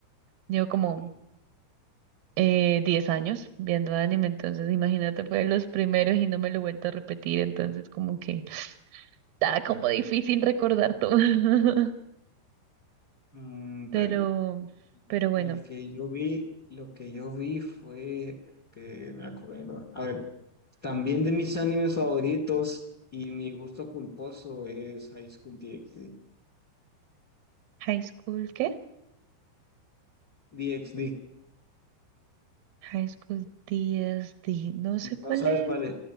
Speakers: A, on the right; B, on the left.
A: Llevo como
B: Y,
A: eh, 10 años viendo anime, entonces imagínate, fue de los primeros y no me lo he vuelto a repetir, entonces como que está como difícil recordar todo. <laughs>
B: mm,
A: Pero,
B: bueno,
A: pero
B: el
A: bueno,
B: que yo vi, lo que yo vi fue, que me acuerdo, a ver. También de mis animes favoritos y mi gusto culposo es High School DxD.
A: High School, ¿qué?
B: DxD.
A: High School D, S D. No sé
B: ¿No
A: cuál
B: sabes
A: es.
B: cuál es?